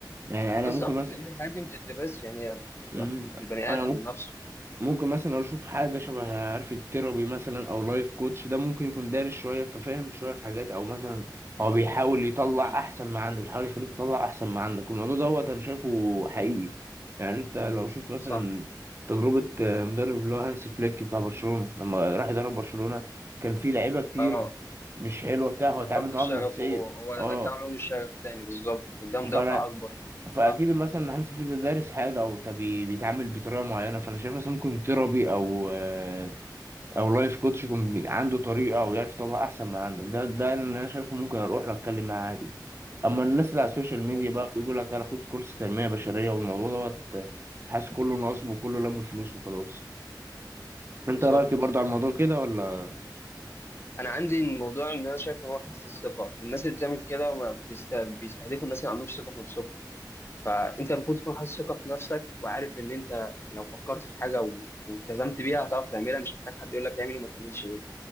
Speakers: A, on the right; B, on the left.
A: يعني
B: بالظبط
A: انا ممكن مثلا
B: لان الحاجات دي ما بتدرسش يعني هي بتبقى
A: مم.
B: في البني
A: انا
B: ادم نفسه
A: ممكن مثلا اشوف حاجه شبه عارف التيرابي مثلا او لايف كوتش ده ممكن يكون دارس شويه ففاهم شويه في حاجات او مثلا هو بيحاول يطلع
B: أكيد.
A: احسن ما عندك يحاول يخليك تطلع احسن ما عندك الموضوع دوت انا شايفه حقيقي يعني انت لو شفت مثلا
B: صح
A: تجربه آه، مدرب اللي هو هانسي فليك بتاع برشلونه لما راح يدرب برشلونه كان في لعيبه كتير
B: اه
A: مش حلوه بتاع هو
B: ففقد
A: اتعامل
B: الشغف
A: معاهم نفسيا
B: هو هو رجع
A: اه
B: لهم الشغف تاني بالظبط ده
A: فانا
B: دافع اكبر
A: فاكيد
B: صح
A: مثلا هانس فليك ده دارس حاجه او طب بي- بيتعامل بطريقه معينه فانا شايف مثلا ممكن تيرابي او آه، او لايف كوتش يكون بي- عنده طريقه او يعرف يطلع احسن ما عندك ده ده اللي انا شايفه ممكن اروح له اتكلم معاه عادي اما الناس اللي على السوشيال
B: مظبوط
A: ميديا بقى بيقول لك تعالى خد كورس تنميه بشريه والموضوع دوت حاسس كله نصب وكله لم فلوس وخلاص
B: بالظبط
A: انت رايك إيه برضه على الموضوع كده ولا
B: انا عندي الموضوع ان انا شايف إن هو حته الثقه الناس اللي بتعمل كده ما بيست- بيستهدفوا الناس اللي عندهم ثقه في نفسهم فانت المفروض تكون حاسس ثقه في نفسك وعارف ان انت لو فكرت في حاجه و- والتزمت بيها هتعرف تعملها مش محتاج حد يقول لك اعمل وما تعملش ايه